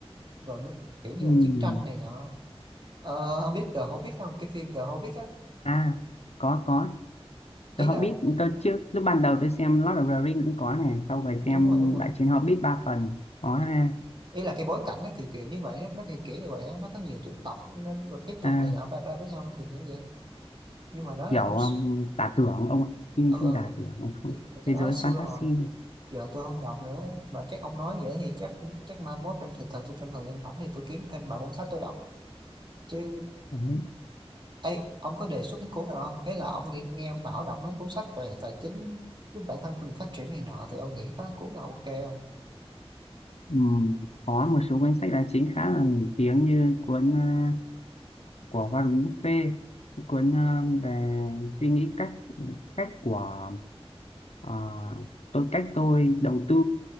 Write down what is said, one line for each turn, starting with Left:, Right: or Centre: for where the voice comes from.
Right: rồi mới- kiểu như
Left: Ừm,
Right: là chiến tranh này nọ Ờ, ông biết The Hobbit không? Cái phim The Hobbit á.
Left: à có có
Right: Ý
Left: The Hobbit
Right: là
Left: tôi trước lúc ban đầu tôi xem Lord of the Ring cũng có này sau rồi xem
Right: đúng rồi đúng rồi
Left: Đại chiến Hobbit ba phần có ha
Right: ý là cái bối cảnh nó kiểu kiểu như vậy nó kiểu kiểu như vậy á, nó có nhiều chủng tộc nên mà phép thuật
Left: à,
Right: này nọ bla bla với nhau nó kiểu kiểu như vậy nhưng mà đó
Left: kiểu
Right: là cũng s-
Left: um, giả tưởng ông ạ. phim
Right: ừ
Left: phim giả tưởng ông không-
Right: ừ mà cái
Left: thế
Right: đó
Left: giới
Right: xưa
Left: fantasy
Right: rồi giờ tôi không đọc nữa mà chắc ông nói vậy thì chắc chắc mai mốt trong thời thời trong thời gian rảnh thì tôi kiếm thêm vài cuốn sách tôi đọc chứ
Left: đấy.
Right: ấy ông có đề xuất cái cuốn nào không ấy là ông nghe, nghe ông bảo đọc mấy cuốn sách về tài chính giúp bản thân mình phát triển này nọ thì ông nghĩ có cuốn nào ok không
Left: Ừm, có một số cuốn sách tài chính khá là nổi tiếng như cuốn à, của Warren Buffett cuốn à, về suy nghĩ cách cách của à, tôi cách tôi đầu tư